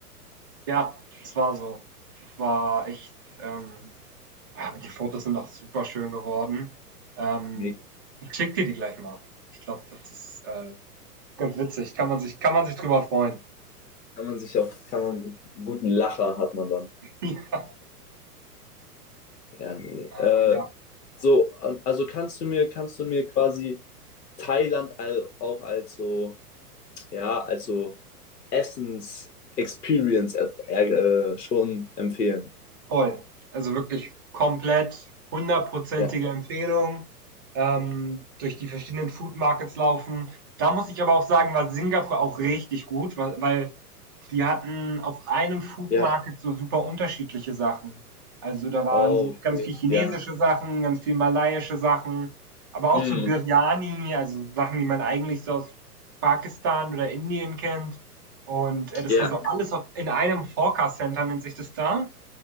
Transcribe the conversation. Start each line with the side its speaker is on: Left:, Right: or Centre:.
Right: Ja, das war so. Das war echt. Ähm, aber die Fotos sind auch super schön geworden. Ähm,
Left: Nee,
Right: ich schicke dir die gleich mal. Ich glaube, das ist äh, ganz witzig. Kann man sich, kann man sich drüber freuen.
Left: kann man sich auch, kann man, guten Lacher hat man dann.
Right: <laughs>
Left: Ja, nee.
Right: Äh,
Left: Äh,
Right: ja,
Left: so, ähm, also kannst du mir, kannst du mir quasi Thailand all, auch als so, ja, als so Essens-Experience äh, äh, schon empfehlen?
Right: voll. Also wirklich komplett hundertprozentige
Left: Ja,
Right: Empfehlung. Ähm, durch die verschiedenen Food Markets laufen. Da muss ich aber auch sagen, war Singapur auch richtig gut, weil, weil die hatten auf einem Food
Left: ja.
Right: Market so super unterschiedliche Sachen. Also da waren
Left: Oh, okay.
Right: ganz viel chinesische
Left: Ja.
Right: Sachen, ganz viel malaiische Sachen, aber
Left: Mm,
Right: auch so Biryani, also Sachen, die man eigentlich so aus Pakistan oder Indien kennt. Und äh, das
Left: ja.
Right: war so alles auf, in einem Hawker Center, nennt sich das da.